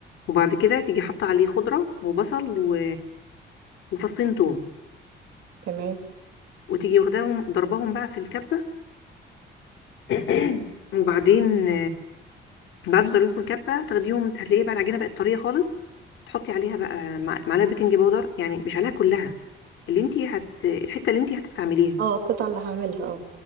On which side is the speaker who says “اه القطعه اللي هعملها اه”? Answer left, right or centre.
Right